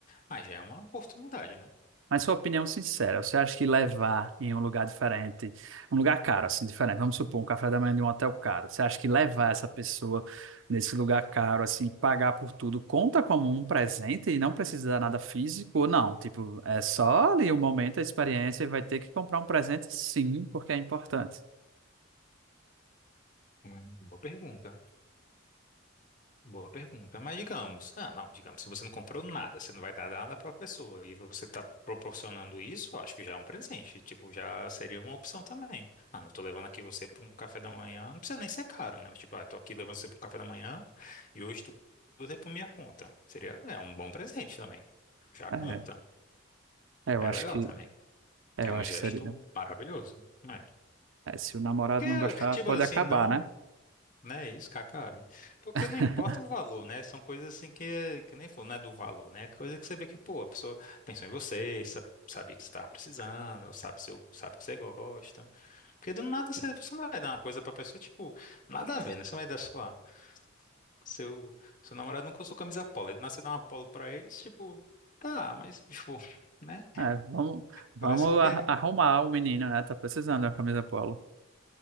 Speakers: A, on the left; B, on the right.
A: Ah, já é uma oportunidade, né?
B: Mas sua opinião sincera, você acha que levar em um lugar diferente, um lugar caro, assim, diferente, vamos supor, um café da manhã de um hotel caro, você acha que levar essa pessoa nesse lugar caro, assim, pagar por tudo, conta como um presente e não precisa dar nada físico ou não? Tipo, é só ali o momento, a experiência e vai ter que comprar um presente, sim, porque é importante.
A: Uma boa pergunta. Boa pergunta. Mas digamos, ah, não, digamos, se você não comprou nada, você não vai dar nada para a pessoa e você está proporcionando isso, eu acho que já é um presente. Tipo, já seria uma opção também. Ah, não tô levando aqui você para um café da manhã, não precisa nem ser caro, né? Tipo, ah, tô aqui levando você para um café da manhã e hoje tu tudo é por minha conta. Seria, é um bom presente também. Já
B: É,
A: conta.
B: é, eu
A: É
B: acho
A: legal
B: que,
A: também.
B: é,
A: É
B: eu
A: um
B: acho
A: gesto
B: que seria.
A: maravilhoso. né?
B: é, se o namorado
A: Que,
B: não gostar,
A: tipo
B: pode
A: assim,
B: acabar,
A: não.
B: né?
A: Né, isso que acabe. Porque
B: <laughs>
A: não importa o valor, né? São coisas assim que, que nem falou, não é do valor, né? Coisa que você vê que, pô, a pessoa pensou em você, sa- sabia que você estava precisando, ou sabe, seu, sabe que você gosta. Porque do nada você, você não vai dar uma coisa pra pessoa, tipo, nada a ver, né? Você vai dar, sei lá, seu, seu namorado nunca usou camisa polo, aí do nada você dá uma polo pra eles, tipo, tá, mas, tipo, <laughs> né?
B: É, vamos, vamos
A: Parece que.
B: ar- arrumar o menino, né? Tá precisando da camisa polo.